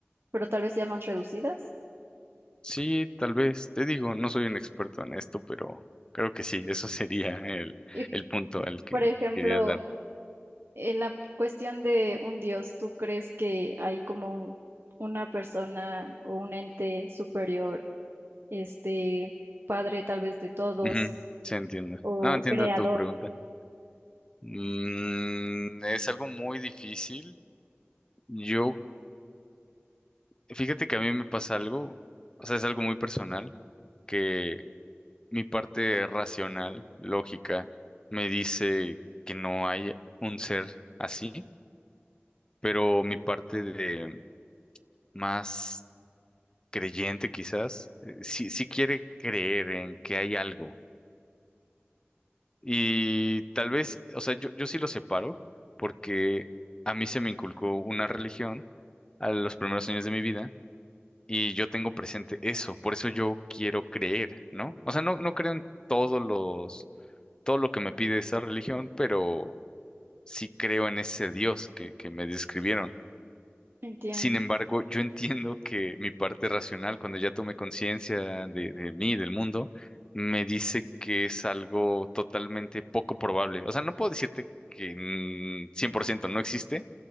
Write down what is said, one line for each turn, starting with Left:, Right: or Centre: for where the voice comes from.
Right: pero tal vez ya más reducidas.
Left: sí, tal vez. Te digo, no soy un experto en esto, pero creo que sí, eso sería el,
Right: Y,
Left: el punto al que
Right: por ejemplo,
Left: querías dar.
Right: en la cuestión de un dios, ¿tú crees que hay como un- una persona o un ente superior, este, padre tal vez de todos
Left: Ujú, Sí, entiendo.
Right: o
Left: No, entiendo
Right: creador?
Left: tu pregunta. Mm, es algo muy difícil. Yo, fíjate que a mí me pasa algo, o sea, es algo muy personal que mi parte racional, lógica, me dice que no hay un ser así, pero mi parte de más creyente quizás, eh, sí, sí quiere creer en que hay algo. Y tal vez, o sea, yo, yo sí lo separo porque a mí se me inculcó una religión a los primeros años de mi vida y yo tengo presente eso, por eso yo quiero creer, ¿no? O sea, no, no creo en todos los todo lo que me pide esa religión, pero sí creo en ese Dios que, que me describieron.
Right: Entiendo.
Left: Sin embargo, yo entiendo que mi parte racional, cuando ya tomé conciencia de, de mí, del mundo, me dice que es algo totalmente poco probable. O sea, no puedo decirte que mm, 100% no existe,